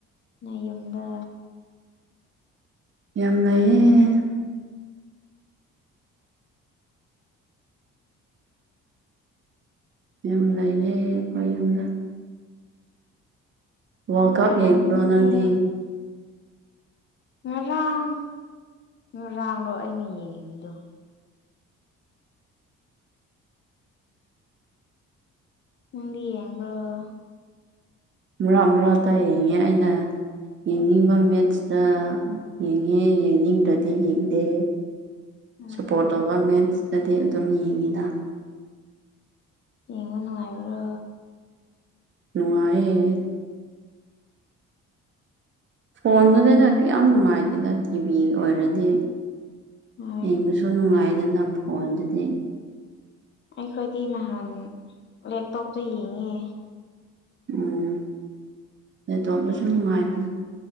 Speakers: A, on the left; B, on the right.
A: ꯅꯣꯏ ꯌꯨꯝꯗ
B: ꯌꯥꯝ ꯂꯩꯌꯦ ꯌꯨꯝ ꯂꯩꯌꯦ ꯑꯩꯈꯣꯏ ꯌꯨꯝꯗ ꯋꯥꯔꯜ
A: ꯅꯨꯡꯉꯥꯏꯔꯝꯃꯅꯤꯅꯦ
B: ꯀꯞ ꯌꯦꯡꯕ꯭ꯔꯣ ꯅꯪꯗꯤ
A: ꯉꯔꯥꯡ ꯉꯔꯥꯡꯔꫭ ꯑꯩꯅ ꯌꯦꯡꯉꯤꯗꯨ ꯅꯪꯗꯤ ꯌꯦꯡꯕꯔꫭ
B: ꯃꯔꯛ ꯃꯔꯛꯇ ꯌꯦꯡꯉꯦ ꯑꯩꯅ ꯌꯦꯡꯅꯤꯡꯕ ꯃꯦꯠꯁꯇ ꯌꯦꯡꯉꯦ ꯌꯦꯡꯅꯤꯡꯗ꯭ꯔꯗꯤ ꯌꯦꯡꯗꯦ
A: ꯎꯝ
B: ꯁꯞꯄꯣꯔꯠ ꯇꯧꯕ ꯃꯦꯟꯁꯇꯗꯤ ꯑꯗꯨꯝ ꯌꯦꯡꯉꯤꯗ
A: ꯌꯦꯡꯕ ꯅꯨꯡꯉꯥꯏꯕ꯭ꯔꯣ
B: ꯅꯨꯡꯉꯥꯏꯌꯦ ꯐꯣꯟꯗꯅꯤꯅ ꯀꯌꯥꯝ ꯅꯨꯡꯉꯥꯏꯇꯦꯗ ꯇꯤꯚꯤ ꯑꯣꯏꯔꯗꯤ
A: ꯎꯝ
B: ꯌꯦꯡꯕ ꯁꯨ ꯅꯨꯡꯉꯥꯏꯗꯅ ꯐꯣꯟꯗꯨꯗꯤ
A: ꯑꯩꯈꯣꯏꯗꯤ ꯅꯍꯥꯟ ꯂꯦꯞꯇꯣꯞꯇ ꯌꯦꯡꯉꯦ
B: ꯎꯝ ꯂꯦꯞꯇꯣꯞꯇꯁꯨ ꯅꯨꯡꯉꯥꯏꯕꯅꯤ